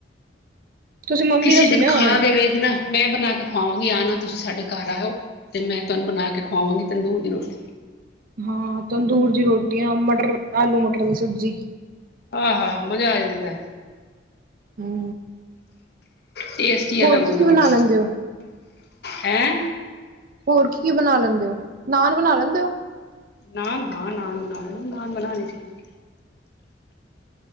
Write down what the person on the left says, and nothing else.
ਕਿਸੇ
ਦਿਨ ਖਾ
ਕੇ ਵੇਖਣਾ ਮੈਂ ਬਣਾ ਕੇ ਖਵਾਵਾਂਗੀ ਆਨਾ, ਤੁਸੀਂ ਸਾਡੇ ਘਰ ਆਇਓ, ਤੇ ਮੈਂ ਤੁਹਾਨੂੰ ਬਣਾ ਕੇ ਖਵਾਵਾਂਗੀ ਤੰਦੂਰ ਦੀ ਰੋਟੀ
ਆਹਾ ਹਾ ਮਜ਼ਾ ਆ ਜਾਂਦਾ
ਟੇਸਟ ਹੀ
ਅਲੱਗ ਹੁੰਦਾ
ਉਹਦਾ
ਹੈਂ
ਨਾਨ ਹਾਂ ਨਾਨ ਬਣਾ ਲਹੇ ਨਾਨ ਬਨਾਣੇ ਚ ਕੀ ਏ